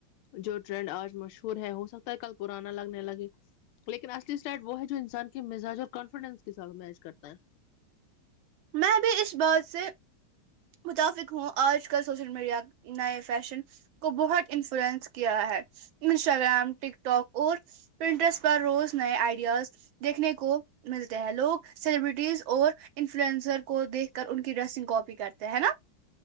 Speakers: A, on the left; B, on the right.
A: جو ٹرینڈ آج مشہور ہے ہو سکتا ہے کل پرانا لگنے لگے لیکن آسلی اسٹائٹ وہ ہے جو انسان کے مزاج اور کانفیڈینس کے ساتھ میچ کرتا ہے
B: میں بھی اس بات سے متفق ہوں آج کل سوشل میڈیا نئے فیشن کو بہت انفلوئنس کیا ہے انسٹاگرام ٹک ٹاک اور پرنٹرس پر روز نئے آئیڈیاز دیکھنے کو ملتے ہیں لوگ سیلیبریٹیز اور ان فلوئنسر کو دیکھ کر ان کی ڈریسنگ کوپی کرتے ہیں ہے نا